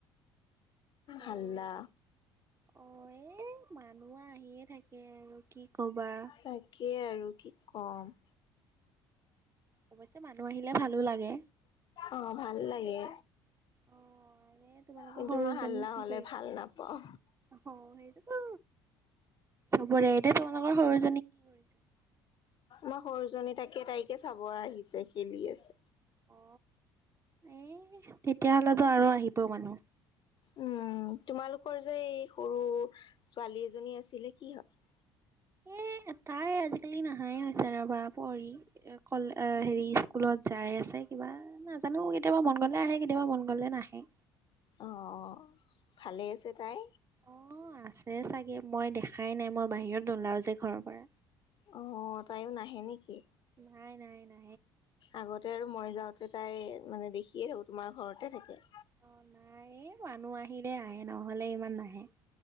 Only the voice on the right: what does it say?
অ'।
অ' এই মানুহ আহিয়ে থাকে আৰু। কি কবা।
অৱশ্যে মানুহ আহিলে ভালো লাগে।
অ এনে তোমালোকৰ
সৰুজনী
কি
কৰিছে?
অ সেইটোতো চবৰে এতিয়া তোমালোকৰ সৰু।
অ এ তেতিয়াহ'লেতো আৰু আহিব মানুহ।
এ তাই আজিকালি নাহাই হৈছে ৰবা পঢ়ি। এ কল হেৰি স্কুলত যাই আছে কিবা। নাজানো কেতিয়াবা মন গ'লে আহে কেতিয়াবা মন গ'লে নাহে।
অ আছে চাগে মই দেখাই নাই মই বাহিৰত নোলাও যে ঘৰৰ পৰা।
নাই নাই নাই।
অঁ নাই এ মানুহ আহিলে আহে নহ'লে ইমান নাহে।